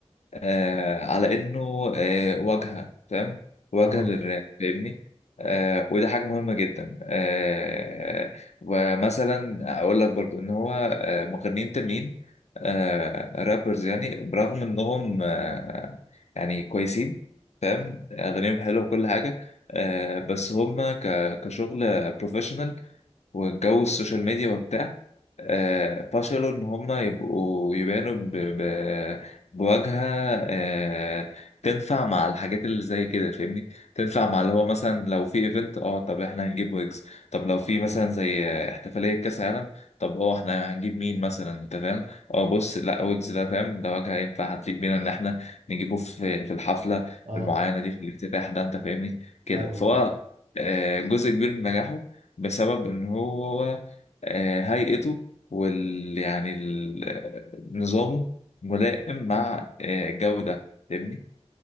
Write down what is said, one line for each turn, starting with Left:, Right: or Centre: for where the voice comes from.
Left: آه على انه آه واجهه فاهم واجهه
Right: <coughs> اه
Left: للراب فاهمني آه وده حاجه مهمه جدا آه ومثلا اقول لك برضو ان هو آه مغنيين تانيين آه رابرز يعني برغم انهم آه يعني كويسين فاهم اغانيهم حلوه وكل حاجه آه بس هم ك- كشغل بروفيشنال وجو السوشيال ميديا وبتاع آه، فشلوا إن هما يبقوا يبانوا ب... ب... بواجهة آه، تنفع مع الحاجات اللي زي كده فاهمني تنفع مع اللي هو مثلا لو في ايفنت اه طب احنا هنجيب ويجز طب لو في مثلا زي آه، احتفالية كأس عالم طب اه احنا هنجيب مين مثلا انت فاهم اه بص لا ويجز ده فاهم ده واجهة ينفع هتليق بينا ان احنا نجيبه في في الحفلة
Right: اه
Left: المعينة دي في الافتتاح ده انت فاهمني كده
Right: فاهمك
Left: فهو آه، جزء كبير من نجاحه بسبب ان هو آه، هيئته وال يعني ال- نظامه ملائم مع آه، الجو ده فاهمني